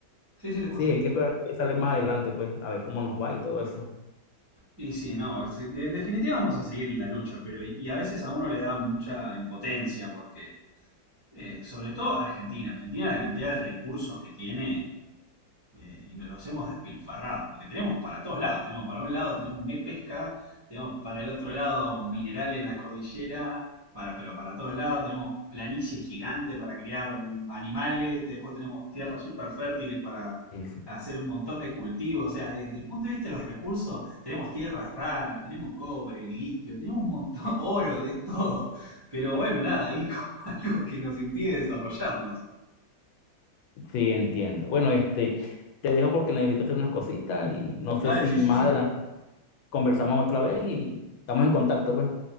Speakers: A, on the right; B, on the left.
A: Sí, sí, te escucho,
B: Sí, hay
A: te escucho.
B: que esperar que sale más adelante, pues, a ver cómo nos va y todo eso.
A: Y sí, no, sí, de- en definitiva vamos a seguir en la lucha, pero y a veces a uno le da mucha impotencia porque, eh, sobre todo Argentina, Argentina la cantidad de recursos que tiene eh, y nos los hemos despilfarrado, porque tenemos para todos lados, tenemos para un lado, tenemos me pesca, tenemos para el otro lado un mineral en la cordillera, para, pero para todos lados, tenemos planicie gigante para criar animales, después tenemos tierras súper fértiles para
B: Sí, sí.
A: hacer un montón de cultivos, o sea, desde el punto de vista de los recursos, tenemos tierras raras, tenemos cobre, litio, tenemos un montón, <laughs> oro, de todo, pero bueno, nada, ahí como <laughs> algo que nos impide desarrollarnos.
B: Sí, entiendo. Bueno, este, te dejo porque necesito hacer unas cositas y no sé
A: Dale,
B: si
A: sí, sí,
B: más
A: sí.
B: adelante conversamos otra vez y estamos en contacto, pues.